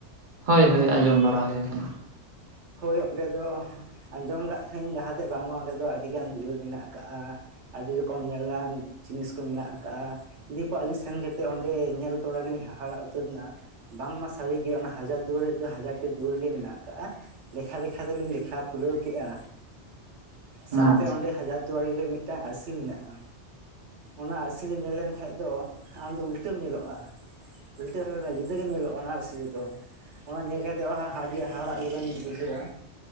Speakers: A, on the right; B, on the right.
A: ᱦᱳᱭ ᱦᱳᱭ ᱟᱸᱡᱚᱢ ᱵᱟᱲᱟ ᱦᱩᱭᱩᱭᱟ ᱟᱠᱟᱱᱟ
B: ᱦᱳᱭ ᱚᱸᱰᱮ ᱫᱚ ᱟᱸᱡᱚᱢ ᱟᱠᱟᱫ ᱛᱟᱦᱮᱸᱱᱹᱧ ᱞᱟᱦᱟᱛᱮ ᱵᱟᱝᱢᱟ ᱚᱸᱰᱮ ᱫᱚ ᱟᱹᱰᱤ ᱜᱟᱱ ᱫᱩᱣᱟᱹᱨ ᱢᱮᱱᱟᱜ ᱠᱟᱜᱼᱟ ᱟᱹᱰᱤ ᱨᱚᱠᱚᱢ ᱧᱮᱞᱟᱱ ᱡᱤᱱᱤᱥ ᱠᱚ ᱢᱮᱱᱟᱜ ᱟᱠᱟᱜᱼᱟ ᱫᱤᱭᱮ ᱯᱚᱨᱮ ᱟᱹᱞᱤᱧ ᱥᱮᱱ ᱠᱟᱛᱮᱫ ᱚᱸᱰᱮ ᱧᱮᱞ ᱛᱚᱨᱟ ᱜᱮᱞᱤᱧ ᱦᱟᱦᱟᱲᱟᱜ ᱩᱛᱟᱹᱨᱱᱟ ᱵᱟᱝᱢᱟ ᱥᱟᱹᱨᱤᱜᱮ ᱚᱱᱟ ᱦᱟᱡᱟᱨ ᱫᱩᱣᱟᱹᱨ ᱫᱚ ᱦᱟᱡᱟᱨ ᱴᱤ ᱫᱩᱣᱟᱹᱨ ᱜᱮ ᱢᱮᱱᱟᱜ ᱟᱠᱟᱜᱼᱟ ᱞᱮᱠᱷᱟ ᱞᱮᱠᱷᱟ ᱛᱮᱞᱤᱧ ᱞᱮᱠᱷᱟ ᱯᱩᱨᱟᱹᱣ ᱠᱮᱫᱮᱜᱼᱟ ᱥᱟᱶᱛᱮ
A: ᱟᱪᱪᱷᱟ
B: ᱚᱸᱰᱮ ᱦᱟᱡᱟᱨ ᱫᱩᱣᱟᱨᱤ ᱨᱮ ᱢᱤᱫᱴᱟᱝ ᱟᱹᱨᱥᱤ ᱢᱮᱱᱟᱜᱼᱟ ᱚᱱᱟ ᱟᱹᱨᱥᱤ ᱨᱮᱢ ᱧᱮᱞ ᱞᱮᱱᱠᱷᱟᱱ ᱫᱚ ᱟᱢᱫᱚ ᱩᱞᱴᱟᱹᱢ ᱧᱮᱞᱚᱜᱼᱟ ᱩᱞᱴᱟᱹ ᱡᱩᱫᱟᱹᱜ ᱜᱮᱢ ᱧᱮᱞᱚᱜᱼᱟ ᱚᱱᱟ ᱟᱹᱨᱥᱤ ᱨᱮ ᱫᱚ ᱚᱱᱟ ᱧᱮᱞ ᱠᱟᱛᱮᱫ ᱟᱹᱰᱤ ᱦᱟᱦᱟᱲᱟᱜ ᱜᱮᱵᱮᱱ ᱵᱩᱡᱷᱟᱹᱣᱼᱟ